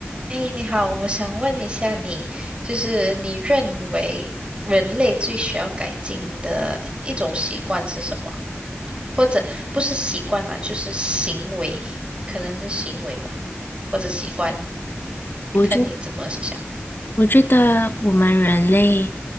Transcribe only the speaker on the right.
哎，你好，我想问一下你，就是你认为人类最需要改进的一种习惯是什么？或者不是习惯啦，就是行为，可能是行为吧，或者习惯，
看你怎么想。